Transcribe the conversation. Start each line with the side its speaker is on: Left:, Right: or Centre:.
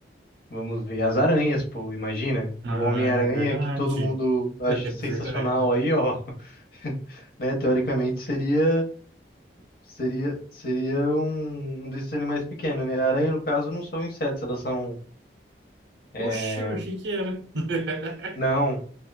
Left: vamos ver, as aranhas, pô, imagina.
Right: Ah,
Left: O Homem-Aranha,
Right: é verdade.
Left: que todo mundo acha
Right: <laughs> É
Left: sensacional
Right: verdade.
Left: aí, ó. <laughs> né? Teoricamente seria seria seria um, um desses animais pequenos, né? A aranha, no caso, não são insetos, elas são. é,
Right: Oxe, eu achei que era. <laughs>
Left: Não,